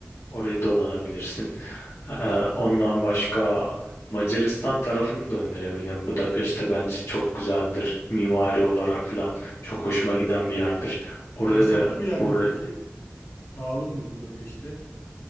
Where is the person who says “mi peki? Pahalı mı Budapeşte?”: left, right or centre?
Left